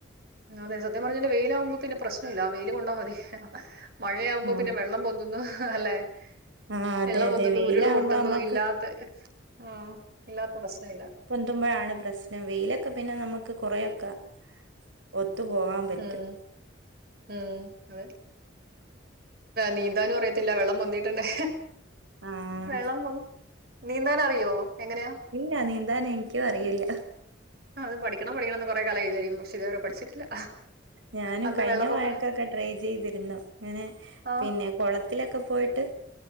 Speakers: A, on the right (about 50°); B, on the right (about 80°).
A: അതെ സത്യം പറഞ്ഞന്റെ വെയിലാവുമ്പോ പിന്നെ പ്രശ്നല്ല വെയില് കൊണ്ടാ മതി മഴയാവുമ്പോ
B: ആഹ്
A: പിന്നെ വെള്ളം പൊ <unintelligible> അല്ലേ
B: ആ അതെ
A: വെള്ളം പൊന്തുന്നു
B: അതെ വെയിലാകുമ്പോ
A: ഉരുൾ പൊട്ടുന്നു
B: നമ്മക്ക്
A: ഇല്ലാത്ത ആഹ് ഇല്ലാത്ത പ്രശ്ന ഇല്ല
B: പൊന്തുമ്പോഴാണ് പ്രശ്നം വെയിലൊക്കെ പിന്നെ നമ്മുക്ക് കുറേയൊക്കെ ഒത്തു പോകാൻ പറ്റും
A: ഉം ഉം അതെ നീന്താനും അറിയത്തില്ല വെള്ളം പൊന്തിട്ടുണ്ടെ
B: ആഹ്
A: വെള്ളം നീന്താൻ അറിയോ എങ്ങനെയാ
B: ഇല്ല നീന്താൻ എനിക്കും അറിയില്ല
A: ആഹ് അത് പഠിക്കണം പഠിക്കണന്ന് കുറേ കാലായി വിചാരിക്കുന്നു പക്ഷേ ഇതുവരെ പഠിച്ചിട്ടില്ല
B: ഞാനും
A: അന്ന്
B: കഴിഞ്ഞ
A: വെള്ളപ്പൊക്കം
B: മഴക്കൊക്കെ ട്രൈ ചെയ്തിരുന്നു ഇങ്ങനെ
A: ആ
B: പിന്നെ കുളത്തിലൊക്കെ പോയിട്ട്